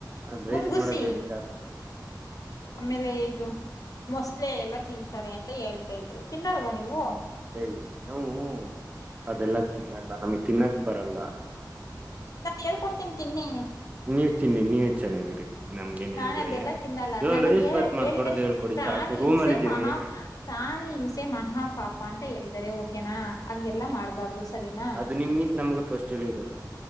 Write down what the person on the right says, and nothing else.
ಅದ
ರೈಸ್ ಮಾಡೋದ ಹೇಳಿ ಸಾಕು
ಯೆ ಹೂ ಹೂ ಅದೆಲ್ಲ ತಿನ್ನಲ್ಲ ನಮಗ್ ತಿನ್ನಕ್ ಬರಲ್ಲ
ನೀವ ತಿನ್ನಿ ನೀವ ಚೆನ್ನಾಗಿರಿ ನಮ್ಗ ನ್
ಹೇಳ್ಬೇಡಿ
ಇವಾಗ
ರೈಸ್ ಬತ್ ಮಾಡ್ಕೊಡೋದು
ಹೇಳ್ಕೊಡಿ
ಸಾಕು
ರೂಮ್ ಅಲ್ಲಿಿದ್ದೀವಿ
ಅದು ನಿಮಗಿಂತ ನಮ್ಗೆ ಫಸ್ಟ್ಲ್ಲಿ ಇರೋದು